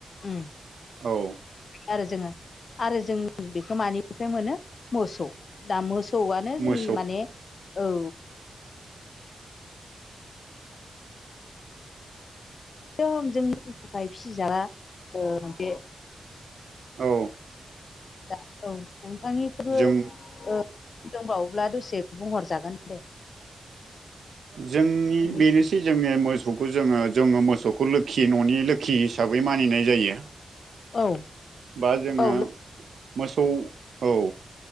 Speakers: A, on the left; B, on the right.
A: उ
B: औ
A: आरो जोङो आरो जों बेखौ मानिफ्राय मोनो मोसौ दा मोसौ आनो
B: मोसौ
A: जोंनि माने औ एदम जोंनि थाखाय फिसाग्रा ओ बे
B: औ
A: दा ओं नोंथांनिखौबो
B: जों
A: ओ दंबावोब्ला दसे बुंहरजागोन दे?
B: जोंनि
A: मोननैसो
B: बेनोसै जोंनिया मो सौखौ जोङो जोङो मोसौखौ जोङो न'नि लोखि हिसाबै मानिनाय जायो।
A: औ
B: बा जोङो
A: औ
B: मोसौ औ।